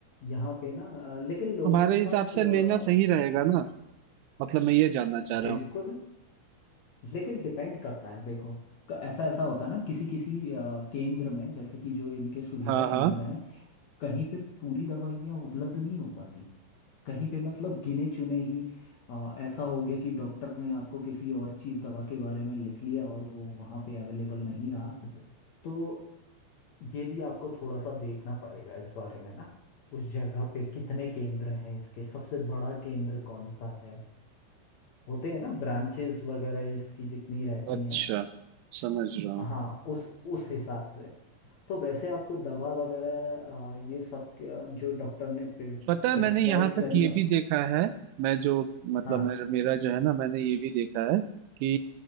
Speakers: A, on the left; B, on the right.
A: यहाँ पे ना अ, लेकिन लोगों
B: हमारे
A: के
B: हिसाब
A: पास
B: से
A: अ,
B: लेना सही रहेगा ना मतलब मैं ये जानना चाह रहा
A: बिल्कुल
B: हूँ
A: लेकिन डिपेंड करता है देखो क- ऐसा ऐसा होता है ना किसी किसी अ, केंद्र में जैसे कि जो इनके सुविधा
B: हाँ हाँ
A: केंद्र हैं कहीं पे पूरी दवाइयाँ उपलब्ध नहीं हो पाती कहीं पे मतलब गिने चुने ही आ, ऐसा हो गया कि डॉक्टर ने आपको किसी और चीज़ दवा के बारे में लिख लिया और वो वहाँ पे अवेलेबल नहीं रहा तो ये भी आपको थोड़ा सा देखना पड़ेगा इस बारे में ना उस जगह पे कितने केंद्र हैं इसके सबसे बड़ा केंद्र कौन सा है होते हैं ना ब्रांचेस वगैरह इसकी जितनी रहती
B: अच्छा
A: हैं
B: समझ रहा हूँ
A: हाँ उस उस हिसाब से तो वैसे आपको दवा वगैरह आ, ये सब के- जो डॉक्टर ने प्रिस्क्राइब
B: पता है मैंने यहाँ तक
A: करी
B: ये
A: आप
B: भी देखा है मैं जो मतलब
A: हाँ
B: मेरा मेरा जो है ना मैंने ये भी देखा है कि